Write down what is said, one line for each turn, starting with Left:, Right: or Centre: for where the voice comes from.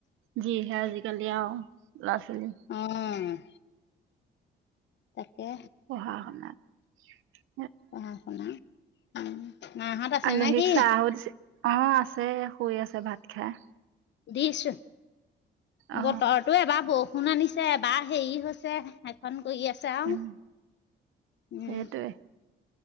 Right: যিহে আজিকালি আৰু। ল'ৰা ছোৱালী
Left: অ' তাকে।
Right: পঢ়া শুনা
Left: পঢ়া শুনা। উম, মাহঁত আছে
Right: আলহীক
Left: নে কি?
Right: চাহো দিছে অ', আছে, শুই আছে ভাত খাই।
Left: দিছোঁ।
Right: অ
Left: বতৰতো এবাৰ বৰষুণ আনিছে, এবাৰ হেৰি হৈছে সেইখন। কৰি আছে আৰু,
Right: উম
Left: উম।
Right: সেইটোৱে